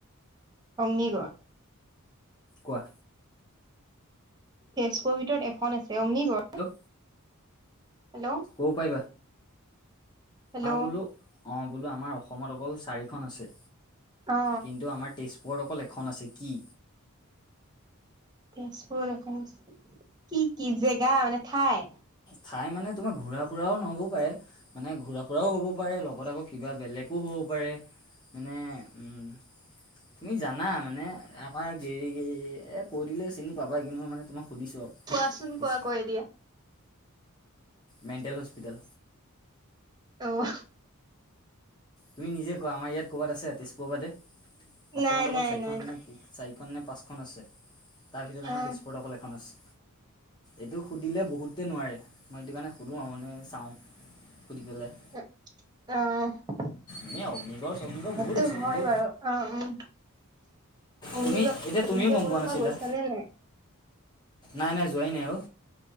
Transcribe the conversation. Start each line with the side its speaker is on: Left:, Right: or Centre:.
Right: অগ্নিগড়।
Left: কোৱা?
Right: তেজপুৰ ভিতৰত এখন আছে অগ্নিগড়।
Left: ত
Right: হেল্ল'
Left: কব পাৰিবা?
Right: হেল্ল'
Left: আমাৰ বোলোঁ অ বোলোঁ আমাৰ অসমত অকল চাৰিখন আছে
Right: অ
Left: কিন্তু আমাৰ তেজপুৰ পুৰত অকল এখন আছে কি?
Right: তেজপুৰত এখন আছে কি কি জেগা মানে ঠাই?
Left: ঠাই মানে তোমাৰ ঘূৰা ফুৰাওঁ নহ'বও পাৰে। মানে ঘূৰা ফুৰাওঁ হ'ব পাৰে লগত আকৌ কিবা বেলেগো হ'ব পাৰে মানে উম
Right: <unintelligible>
Left: তুমি জানা মানে আমাৰ দেৰি কৈ দিলে চিনি পাবা কিন্তু মই মানে তোমাক সুধিছোঁ আৰু।
Right: কোৱাচোন
Left: তেজ
Right: কোৱা কৈ দিয়া।
Left: Mental hospital.
Right: অহ
Left: তুমি নিজে কোৱা আমাৰ ইয়াত ক'ৰবাত আছে তেজপুৰৰ বাদে অসমত
Right: নাই
Left: অকল
Right: নাই
Left: চাৰিখন
Right: নাই
Left: নে চাৰিখন নে পাঁচখন আছে তাৰ ভিতৰত
Right: অ',
Left: আমাৰ তেজপুৰত অকল এখন আছে। এইটো সুধিলে বহুতেই নোৱাৰে মই এইটো কাৰণে সুধোঁ আৰু মানে চাওঁ সুধি পেলাই।
Right: হয়
Left: এনেই অগ্নিগড় চগ্নিগড়
Right: সেইটো
Left: বহুত আছে কিন্তু।
Right: বাৰু অ উম অগ্নিগড়
Left: তুমি এতিয়া
Right: নতুনকে
Left: তুমিও গম
Right: বনোৱা
Left: পোৱা নাছিলা
Right: পৰা গৈছা নে নাই?
Left: নাই নাই যোৱাই নাই অ